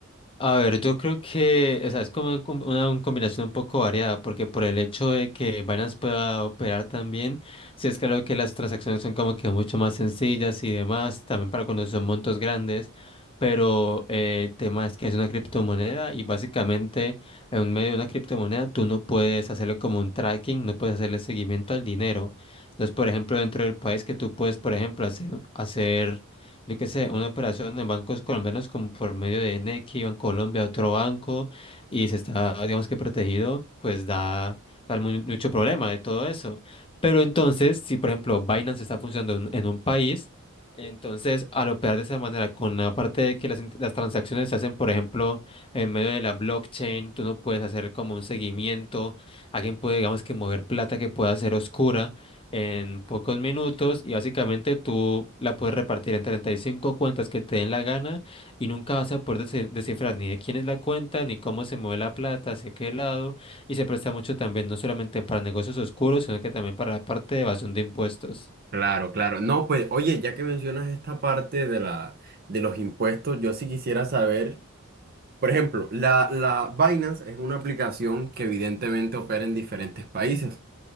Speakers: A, on the left; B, on the right.
A: A ver, yo creo que, o sea, es como un com- una, un combinación un poco variada, porque por el hecho de que Binance pueda operar también, sí es claro que las transacciones son como que mucho más sencillas y demás, también para cuando son montos grandes, pero eh, el tema es que es una criptomoneda y básicamente en medio de una criptomoneda tú no puedes hacerlo como un tracking, no puedes hacerle seguimiento al dinero. Entonces, por ejemplo, dentro del país que tú puedes, por ejemplo, hacer, hacer yo qué sé, una operación en bancos colombianos como por medio de Nequi, Banco Colombia, otro banco, y se está, digamos que protegido, pues da, da mu- mucho problema de todo eso. Pero entonces, si por ejemplo Binance está funcionando en, en un país, entonces al operar de esa manera, con la parte de que las, in- las transacciones se hacen, por ejemplo, en medio de la blockchain, tú no puedes hacer como un seguimiento, alguien puede, digamos que mover plata que pueda ser oscura en pocos minutos y básicamente tú la puedes repartir en 35 cuentas que te den la gana y nunca vas a poder dese- descifrar ni de quién es la cuenta, ni cómo se mueve la plata, hacia qué lado y se presta mucho también no solamente para negocios oscuros, sino que también para la parte de evasión de impuestos.
B: Claro, claro. No, pues, oye, ya que mencionas esta parte de la, de los impuestos, yo sí quisiera saber, por ejemplo, la, la Binance es una aplicación que evidentemente opera en diferentes países.